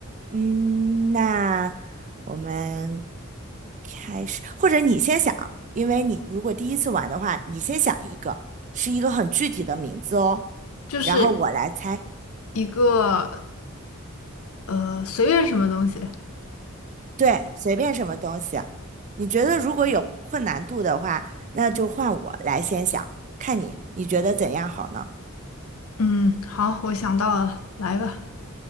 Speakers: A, on the right (about 35°); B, on the left (about 80°).
A: 嗯，那我们开始，或者你先想，因为你如果第一次玩的话，你先想一个，是一个很具体的名字哦，
B: 就是
A: 然后我来猜，
B: 一个呃，随便什么东西。
A: 对，随便什么东西。你觉得如果有困难度的话，那就换我来先想，看你你觉得怎样好呢？
B: 嗯，好，我想到了，来吧。